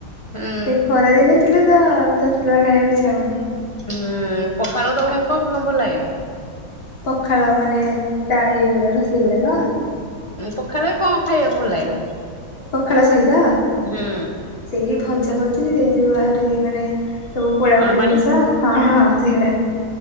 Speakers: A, on the left (about 15°); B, on the left (about 65°).
A: ହୁଁ
B: ଏ ଖରାଦିନ ଥିଲେ ତ ତତଲା ଖାଇବାକୁ ଇଚ୍ଛା ହବନି।
A: ହୁଁ ପଖାଳ ତମକୁ କଣ କଣ ଭଲ ଲାଗେ?
B: ପଖାଳ ମାନେ ତା ଇଏ ଗୁଡା ରୋଷେଇ ଗୁଡାକ?
A: ପଖାଳରେ କଣ ଖାଇବାକୁ ଭଲ ଲାଗେ ତମକୁ?
B: ପଖାଳ ସହିତ
A: ହୁଁ
B: ସେଇ ଭଜା ଭଜି, ସେଇ ଯୋଉ ଆହୁରି ମାନେ ସବୁ ପୋଡ଼ା
A: ଅଣ
B: ପୋଡ଼ି
A: ପାଣି
B: ଜିନିଷ। ହଁ ହଁ ସେଇଡ଼ା।